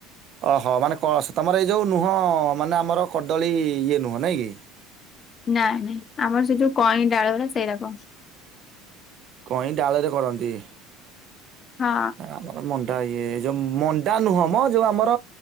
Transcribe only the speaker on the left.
ନାଇଁ ନାଇଁ ଆମର ସେ ଯୋଉ କଇଁ ଡାଳ ଗୁଡ଼ା ସେଇରା କ।
ହଁ।